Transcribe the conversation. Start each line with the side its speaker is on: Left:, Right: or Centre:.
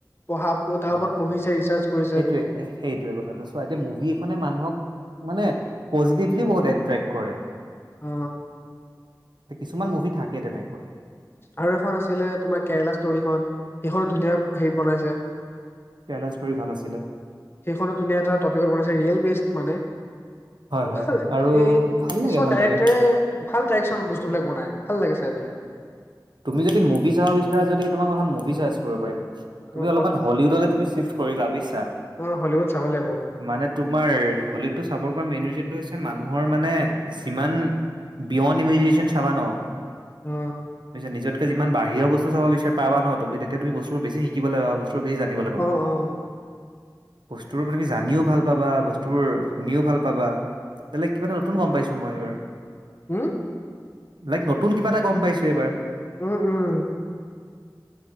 Left: পঢ়া তাৰ
Right: হা
Left: ওপৰত পঢ়িছে ৰিচাৰ্চ কৰিছে।
Right: সেইটোৱে সেইটোৱে কথাটো চোৱা এতিয়া মুভি এখনে মানুহক মানে পজিটিভলি বহুত এট্ৰেক্ট কৰে।
Left: অ
Right: কিছুমান মুভি থাকে তেনেকুৱা।
Left: আৰু এখন আছিলে তোমাৰ কেৰেলা ষ্টৰিখন সেইখনো ধুনীয়া হেৰিত বনাইছে।
Right: কেৰেলা ষ্টৰি ভাল আছিলে।
Left: সেইখনো ধুনীয়া এটা টপিকত বনাইছে ৰিয়েল বেচ মানে।
Right: হয় হয়
Left: ভাল
Right: আৰু
Left: এই
Right: ভাল
Left: কিছুমান
Right: লাগে ভাল
Left: ডাইৰেক্টৰে
Right: লাগে
Left: ভাল টাইপচনত বস্তুবিলাক বনাই ভাল লাগে চাই পেলাই।
Right: তুমি যদি মুভি চাব বিচাৰা যদি তোমাক এখন মুভি চাৰ্চ কৰিব পাৰিম।
Left: অ
Right: তুমি অলপমান
Left: কচোন
Right: হলিউডলৈ তুমি চিফ্ট কৰিবা বুইছা।
Left: অ', হলিউড চাব লাগিব অ',
Right: মানে তোমাৰ হলিউডটো চাব পৰা মেইন ৰিজনটো হৈছে মানুহৰ মানে যিমান বিয়ণ্ড ইমিজিনেশ্যন চাবা ন
Left: ট্ৰট।
Right: পিছে নিজতকে যিমান বাহিৰ বস্ত চাব বিচাৰি পাবা ন তুমি তেতিয়া তুমি বস্তুবোৰ বেছি শিকিবলে পাবা বস্তু বেছি যা নিবলে
Left: অ', অ',
Right: পাবা। সুস্তেল বুলি জানিও ভাল পাবা বস্তুবোৰ শুনিও ভাল পাবা। বেলেগ কিবা এটা নতুন গম পাইছো মই এইবাৰ।
Left: হুম।
Right: লাইক নতুন কিবা এটা গম পাইছো এইবাৰ।
Left: উম উম।